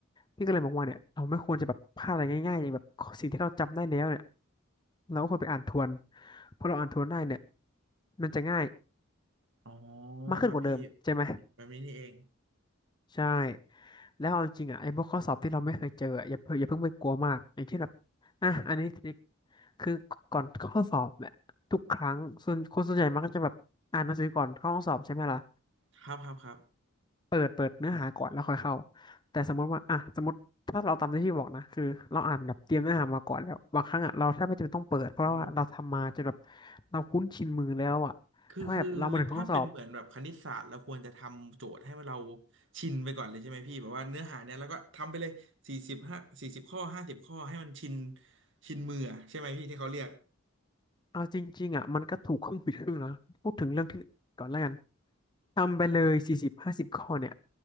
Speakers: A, on the left; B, on the right.
A: พี่ก็เลยมองว่าเนี่ยเราไม่ควรจะแบบพลาดอะไรง่ายๆอย่างแบบสิ่งที่เราจำได้แล้วเนี่ยเราก็ควรไปอ่านทวนเพราะเราอ่านทวนได้เนี่ยมันจะง่าย
B: อ๋อ
A: มากขึ้นกว่าเดิมใช่ไหม
B: ครับพี่แบบแบบนี้นี่เอง
A: ใช่แล้วเอาจริงๆอ่ะไอ้พวกข้อสอบที่เราไม่เคยเจออะอย่าเพิ่งอย่าเพิ่งไปกลัวมากอย่างเช่นแบบอ่ะอันนี้คือก่อนเข้าสอบเนี่ยทุกครั้งส่วนคนส่วนใหญ่มักก็จะแบบอ่านหนังสือก่อนเข้าห้องสอบใช่ไหมล่ะ
B: ครับครับครับ
A: เปิดเปิดเนื้อหาก่อนแล้วค่อยเข้าแต่สมมติว่าอ่ะสมมติถ้าเราตามที่พี่บอกนะคือเราอ่านแบบเตรียมเนื้อหามาก่อนแล้วบางครั้งอ่ะเราแทบไม่จำเป็นต้องเปิดเพราะว่าเราทำมาจนแบบ
B: อ๋อ
A: เราคุ้นชินมือแล้วอ่ะถ้าแบบเรามาถึงห้องสอบ
B: คือคือถ้าเป็นเหมือนแบบคณิตศาสตร์เราควรจะทำโจทย์ให้เราชินไปก่อนเลยใช่ไหมพี่แบบว่าเนื้อหาเนี่ยแล้วก็ทำไปเลยสี่สิบห้าสี่สิบข้อห้าสิบข้อให้มันชินชินมืออะใช่ไหมพี่ที่เขาเรียก
A: เอาจริงๆอ่ะมันก็ถูกครึ่งผิดครึ่งนะพูดถึงเรื่องที่ก่อนแล้วกันทำไปเลยสี่สิบห้าสิบข้อเนี่ย